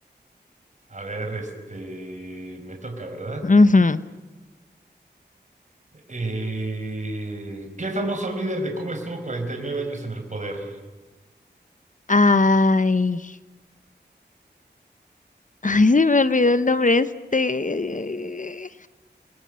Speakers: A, on the right; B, on the left.
A: A ver, este, me toca, ¿verdad?
B: Ujú.
A: Eh, ¿qué famoso líder de Cuba estuvo 49 años en el poder?
B: Ay. Ay, se me olvidó el nombre este.